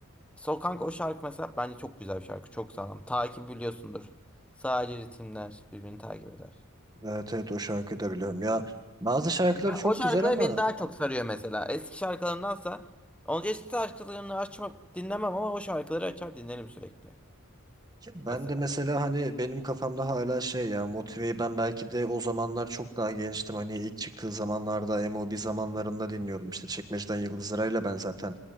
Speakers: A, in the centre; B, on the right.
A: Sol kanka o şarkı mesela bence çok güzel bir şarkı. Çok sağlam. Takip biliyorsundur. Sadece ritimler birbirini takip eder.
B: Evet evet o şarkıyı da biliyorum. Ya bazı şarkıları
A: Ben,
B: çok
A: o şarkıları
B: güzel ama
A: beni daha çok sarıyor mesela. Eski şarkılarındansa onun eski şarkılarını açma dinlemem ama o şarkıları açar dinlerim sürekli.
B: ya ben
A: Mesela
B: de mesela
A: ya.
B: hani benim kafamda hala şey ya Motive'yi ben belki de o zamanlar çok daha gençtim. Hani ilk çıktığı zamanlarda MOB zamanlarında dinliyordum. İşte Çekmeceden Yıldız Ara'yla ben zaten